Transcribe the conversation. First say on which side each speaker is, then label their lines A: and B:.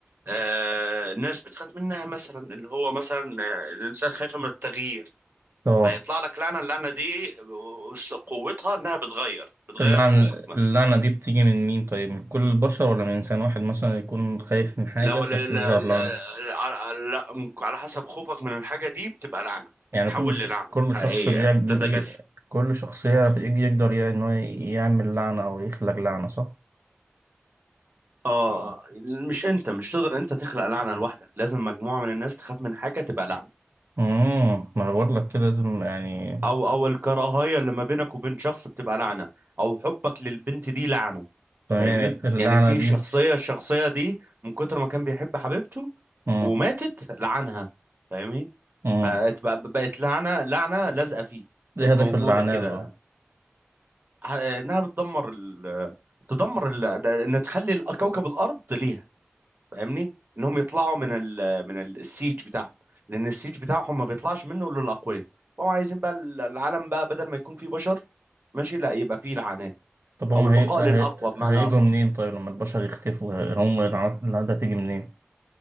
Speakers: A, on the right; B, on the right.
A: آه الناس بتخاف منها مثلا اللي هو مثلا آه، الانسان خايف من التغيير
B: طبعا
A: فيطلع لك لعنه اللعنه دي قوتها انها بتغير بتغير
B: اللعنة
A: روحك مثلا
B: اللعنة دي بتيجي من مين طيب من كل البشر ولا من إنسان واحد مثلا يكون خايف من حاجة
A: لو
B: فتظهر
A: لا لا لا
B: لعنة
A: على على حسب خوفك من الحاجه دي بتبقى لعنه
B: يعني
A: تتحول
B: كل ش...
A: للعنه
B: كل
A: حقيقيه
B: شخص بيعمل
A: تتجسد
B: إيه كل شخص يعرف- يجي- يقدر يعني إن هو يعمل لعنة أو يخلق لعنة صح؟
A: اه مش انت مش تقدر انت تخلق لعنه لوحدك لازم مجموعه من الناس تخاف من حاجه تبقى لعنه
B: امم ما أنا بقول لك كده لازم يعني
A: او او الكراهيه اللي ما بينك وبين شخص بتبقى لعنه او حبك للبنت دي لعنه
B: تمام
A: فاهمني
B: اللعنة
A: يعني في
B: دي
A: شخصيه الشخصيه دي من كتر ما كان بيحب حبيبته
B: امم
A: وماتت لعنها فاهمني
B: امم
A: فبقت لعنه لعنه لازقه فيه
B: إيه
A: بقت
B: هدف
A: موجوده
B: اللعنات
A: كده
B: بقى؟
A: ه- انها بتدمر ال... تدمر ال... ان تخلي كوكب الارض ليها فاهمني انهم يطلعوا من ال من ال- السيج بتاعهم لان السيج بتاعهم ما بيطلعش منه الا الاقوياء فهم عايزين بقى ال- العالم بقى بدل ما يكون فيه بشر ماشي لا يبقى فيه لعنات
B: طب هم
A: او البقاء
B: هي... هي...
A: للاقوى بمعنى
B: هيجوا
A: اصح
B: منين طيب لما البشر يختفوا هم اللعنة اللعنة دي هتيجي منين؟